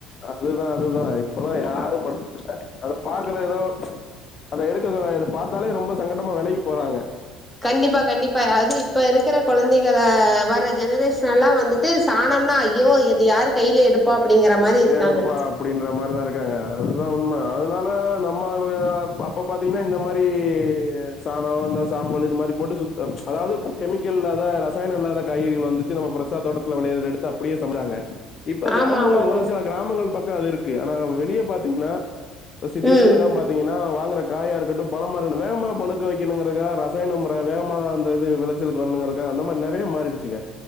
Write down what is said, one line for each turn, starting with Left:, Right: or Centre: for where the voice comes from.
Left: அதுதா அதுதா இப்பல்லா யாரு <inaudible> அத பாக்குற எதோ அத எடுக்க <unintelligible> பாத்தாலே ரொம்ப சங்கடம வெலகி போறாங்க
Centre: கண்டிப்பா கண்டிப்பா அது இப்ப இருக்குற கொழந்தைகள வர்ர ஜெனரேஷன் எல்லா வந்துட் டு சாணம்னா ஐயோ இது யாரு கைல எடு ப்பா அப்புடிங்கிற மாரி இருக்காங்க
Left: எடுப்பா அப்டின்ற மாரிதா இருக்காங்க அதுதா உண்ம அதுனால நம்ம அப்ப பாத் தீங்கன்னா இந்த மாரி சாணொ இந்த சாம்பல் இது மாரி போட்டு சுத்த அதாவ்து கெமிக்கல் இல்லாத ரசாயனொ இல்லாத காய்கறிகள் வந்துச்சு நம்ம ஃப்ரெஷ்ஷா தோட்டத்துல வெளையுறத எடுத்து அப்டியே சமச்சாங்க இப்ப கிராமங்கள்
Centre: ஆமா ஆமாங்க
Left: ஒரு சில கிராமங்கள் பக்கொ அது இருக்கு ஆனா வெளியே பாத்திங்கன்னா சிட்டீஸ்ல
Centre: ம்
Left: எல்லா பாத் திங்கனா வாங்குற காயா இருக்கட்டு பழமா இருக்கடு வேமா பழுக்க வக்கெணுங்கிறக்கா ரசாயன முற வேகமா அந்த இது விளச் ச்சலுக்கு வரணுங்கிறக்காக அந்த மாரி நெறைய மாறிடுச்சுங்க